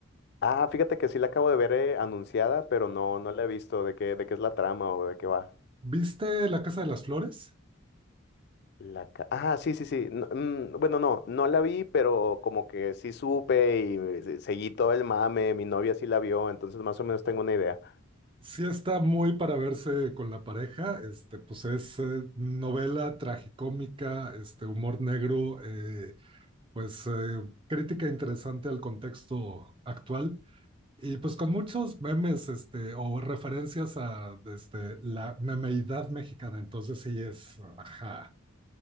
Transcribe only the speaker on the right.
¿Viste La Casa de las Flores?
Sí está muy para verse con la pareja, este, pues es eh, novela tragicómica, este, humor negro, eh, pues eh, crítica interesante al contexto actual y pues con muchos memes este, o referencias a este, la memeidad mexicana, entonces sí es, ajá.